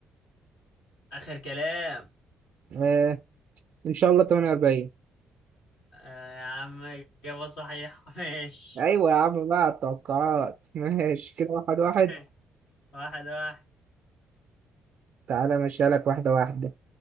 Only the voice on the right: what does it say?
آه... إن شاء الله تمانية وأربعين
أيوة يا عم بقى التوقعات ماشي كده واحد واحد
تعالى مشيها لك واحدة واحدة